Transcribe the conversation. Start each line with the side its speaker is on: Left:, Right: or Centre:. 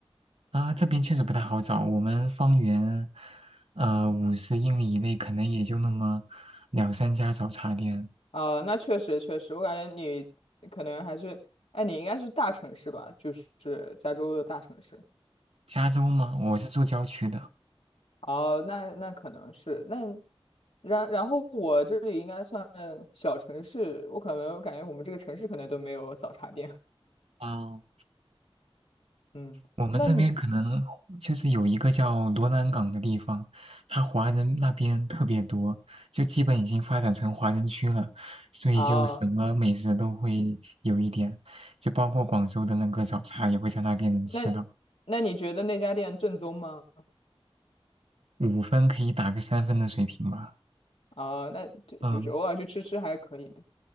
Right: 啊，这边确实不太好找，我们方圆呃五十英里以内可能也就那么两三家早茶店。
Left: 啊、那确实确实，我感觉你可能还是，哎，你应该是大城市吧，就是加州的大城市。
Right: 加州嘛，我是住郊区的。
Left: 哦，那那可能是那，然然后我这里应该算小城市，我可能感觉我们这个城市可能都没有早茶店。
Right: 啊。
Left: 嗯，
Right: 我们这边可能就是有一个叫罗南港的地方，
Left: 那你
Right: 它华人那边特别多，就基本已经发展成华人区了，所以就什么美食都会有一点，
Left: 啊、
Right: 就包括广州的那个早茶也会在那边能吃到，
Left: 那那你觉得那家店正宗吗？
Right: 五分可以打个三分的水平吧。
Left: 啊、那就就是偶尔去吃吃还可以的。
Right: 嗯。